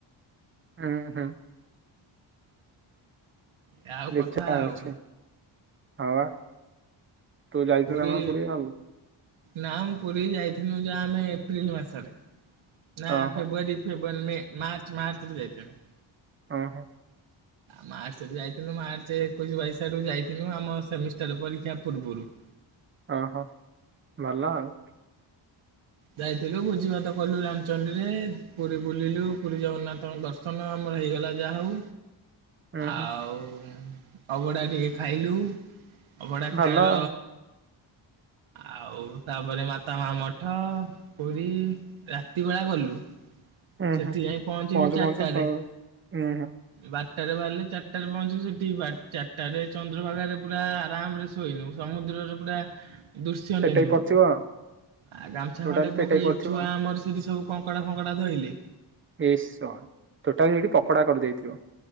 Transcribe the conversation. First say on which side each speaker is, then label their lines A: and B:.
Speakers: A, on the right; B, on the right.
A: ହୁଁ ହୁଁ।
B: ଏ ଆଉ
A: ଦେଖିବା
B: କଥା
A: କଣ
B: ଆଉ।
A: ହଉଛି ହଁ ବା। ତୁ ଯାଇଥିଲୁ
B: ପୁରୀ
A: ନା କଣ ପଡିଆ ଆଉ
B: ନା ମୁ ପୁରୀ ଯାଇ ଥିନୁ ଯା ଆମେ ଏପ୍ରିଲ ମାସରେ। ନା
A: ଓହୋ
B: ଫେବୃୁଆାରୀ ଫେବ ଲ ମେ ମାର୍ଚ୍ଚ ମାର୍ଚ୍ଚରେ ଯାଇଥିନୁ।
A: ହଁ ହଁ।
B: ମାାର୍ଚ୍ଚ ଯାଇଥିଲୁ ମାାର୍ଚ। ଏକୋଇସ ବାଇସ ଆଡକୁ ଯାଇଥିଲୁ ଆମ ସେମି ଷ୍ଟର ପରକ୍ଷା ପୁୁରବୁରୁ।
A: ଓହୋ ଭଲ ଆଉ।
B: ଯାଇଥିଲୁ ଭୋଜି ଭାତ କଲୁ ରାମଚଣ୍ଡୀରେ ପୁରୀ ବୁଲିଲୁ ପୁରୀ ଜଗନ୍ନାଥଙ୍କ ଦର୍ଶନ ଆମର ହେଇଗଲା ଯାହା ହଉ।
A: ହୁଁ
B: ଆଉ।
A: ହୁଁ
B: ଅଭଡା ଟିକେ ଖାଇଲୁ। ଅଭଢ଼ା
A: ଭଲ
B: ଖାଇାଆର।
A: ଆଉ
B: ଆଉ ତାପରେ ମାତା ମା ମଠ ପାଠ ପୀ ରାତି ବେଳା ଗଲୁ
A: ହୁଁ
B: ସେଠି
A: ହୁଁ
B: ଯାଇ ପହଞ୍ଚିଲୁ
A: ପହଞ୍ଚୁ
B: ଚାରିଟାରେ
A: ପହଞ୍ଚୁ ସବୁ ହୁଁ ହୁଁ।
B: ବାରଟରେ ବାହାରିଲେ ଚାରିଟାରେ ପହଞ୍ଚିଲ ସେଠି ଚାରିଟାରେ ଚନ୍ଦ୍ରଭାଗାରେ ପୁରା ଆରାମ ରେ ଶୋଇନୁ ସମୁଦ୍ରରେ ପୁରା ଦୃଶ୍ୟ
A: ପେଟେଇ
B: ନେନୁ
A: ପଡିଥିବ ଆଉ
B: ଆ ଗାମୁଛା
A: ଟୋଟାଲି
B: ଖଣ୍ଡେ
A: ପେଟେଇ
B: ପକାଇ
A: ପଡିଥିବ
B: ଛୁଆ
A: ଆଉ
B: ଆମର ସେଇଠି ସବୁ କଙ୍କଡ଼ା ଫଙ୍କଡା ଧୋଇଲି
A: ଏେଶ ତୋଟାଲ ଏଠି ପକୋଡା କରିଦେଇଥିବ।